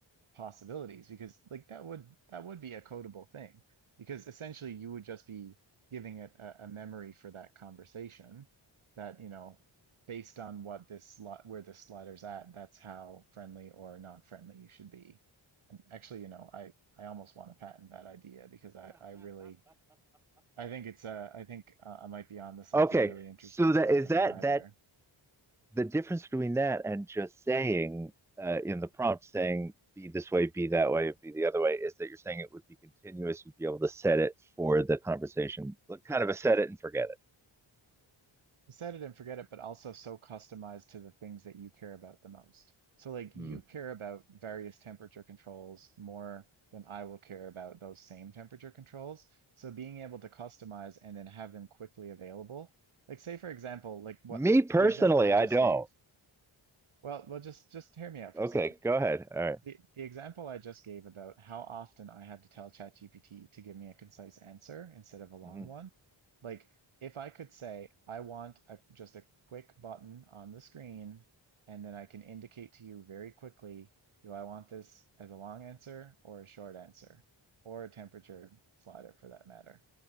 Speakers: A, on the right; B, in the centre.
A: possibilities because like that would that would be a codable thing because essentially you would just be giving it a, a memory for that conversation that you know based on what this slot where this slider's at that's how friendly or non-friendly you should be and actually you know I I almost want to patent that idea because I I really I think it's uh I think uh, I might be onto
B: <laughs>
A: something
B: okay.
A: really interesting
B: So
A: for
B: that
A: OpenAI
B: is that that
A: there
B: the difference between that and just saying uh, in the prompt saying be this way, be that way, and be the other way is that you're saying it would be continuous. You'd be able to set it for the conversation, like kind of a set it and forget it.
A: set it and forget it, but also so customized to the things that you care about the most. So like you
B: Hmm.
A: care about various temperature controls more than I will care about those same temperature controls. So being able to customize and then have them quickly available. Like say for example, like what
B: Me personally,
A: the example I
B: I
A: just
B: don't.
A: gave. Well, well just just hear me out
B: Okay,
A: for a second.
B: go ahead. All right.
A: The, the example I just gave about how often I had to tell ChatGPT to give me a concise answer instead of a long
B: Mm-hmm.
A: one, like if I could say, I want a, just a quick button on the screen, and then I can indicate to you very quickly, do I want this as a long answer or a short answer, or a temperature slider for that matter?